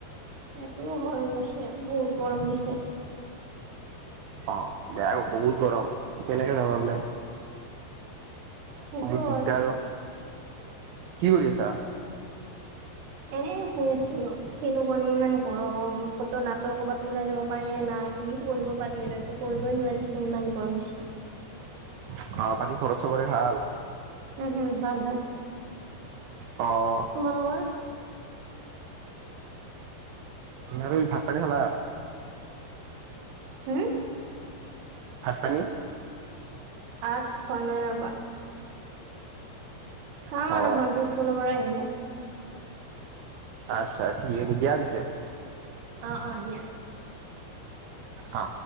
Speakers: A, on the right; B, on the right.
A: সেইটো হয় অৱশ্যে বহুত গৰম দিছে।
B: অ', বেয়া বহুত গৰম কেনেকে যাবা ওলাই?
A: সেইটো
B: বহুত
A: হয়
B: দিগদাৰ
A: পিছে।
B: অ কি কৰি আছা?
A: এনে শুই আছিলোঁ, কিনো কৰিম ইমান গৰম ক'তো নাট কৰ'বাত ওলাই যাব পাৰিয়ে না। কি কৰিব পাৰি আৰু একো কৰিবই <unintelligible> ইমান গৰম দিছে।
B: অ', বাকী ঘৰত চবৰে ভাল?
A: উম, হুম ভাল ভাল।
B: অ',
A: তোমালোকৰ
B: আৰু কি ভাত পানী খালা?
A: হুম?
B: ভাত পানী
A: ভাত খোৱা নাই ৰবা। খাম আৰু
B: অ
A: ভন্টি স্কুলৰ পৰা আহিলে।
B: আচ্ছা ঠিক আছে দিয়া পিছে।
A: অ', অ', দিয়া।
B: হা।